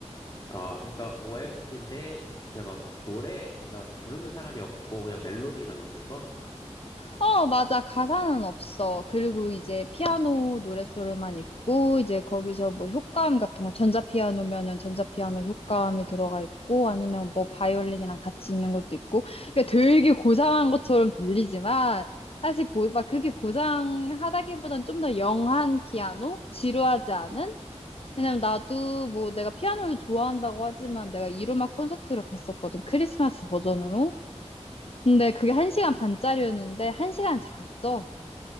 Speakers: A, on the left; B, on the left.
A: 아, 그러니까 OST인데 진짜 막 노래 그러니까 부르는 사람이 없고 그냥 멜로디만 있는 거?
B: 어, 맞아. 가사는 없어. 그리고 이제 피아노 노랫소리만 있고, 이제 거기서 뭐 효과음 같은 거, 전자피아노면은 전자피아노 효과음이 들어가 있고, 아니면 뭐 바이올린이랑 같이 있는 것도 있고, 그러니까 되게 고상한 것처럼 들리지만, 사실 고, 막 그렇게 고상하다기보단 좀 더 영한 피아노? 지루하지 않은? 왜냐면 나도 뭐 내가 피아노를 좋아한다고 하지만 내가 이루마 콘서트를 갔었거든. 크리스마스 버전으로. 근데 그게 한시간 반짜리였는데 한시간 잤어.